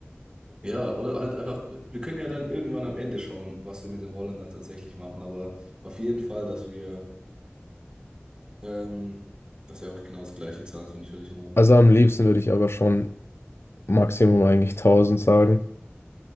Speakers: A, on the right; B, on the left.
A: Ja, oder halt einfach, wir können ja dann irgendwann am Ende schauen, was wir mit den Rollern dann tatsächlich machen, aber auf jeden Fall, dass wir, ähm, dass wir einfach genau das gleiche zahlen, finde ich völlig in Ordnung.
B: Also am liebsten würde ich aber schon Maximum eigentlich tausend sagen.